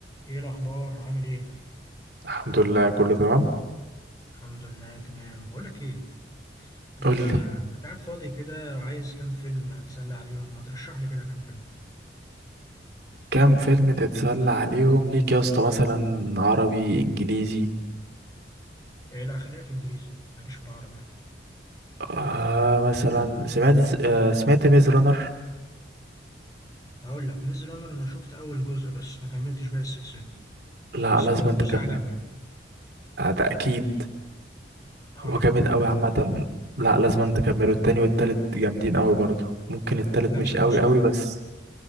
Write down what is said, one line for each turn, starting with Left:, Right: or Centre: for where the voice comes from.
Left: ايه الاخبار عامل ايه
Right: الحمد لله كله تمام
Left: الحمد لله تمام بقول لك ايه انا
Right: قول لي
Left: كنت قاعد فاضي كده وعايز كام فيلم اتسلى عليهم ما ترشح لي كده كام فيلم
Right: كام فيلم تتسلى عليهم ليك يا اسطى مثلا عربي انجليزي
Left: ايه لا خلينا في انجليزي ماليش في العربي لا
Right: آه مثلا سمعت آه سمعت ميز رانر
Left: اقول لك ميز رانر انا شفت اول جزء بس ما كملتش باقي السلسله
Right: لا
Left: بس
Right: لازم
Left: هو اول
Right: انت
Left: جزء
Right: تكمل
Left: عجبني
Right: آه ده اكيد
Left: اه
Right: هو جامد قوي عامه لا لازم انت تكمله التاني والتالت جامدين قوي برضو ممكن التالت
Left: نفس
Right: مش
Left: المستوى
Right: قوي قوي
Left: يعني
Right: بس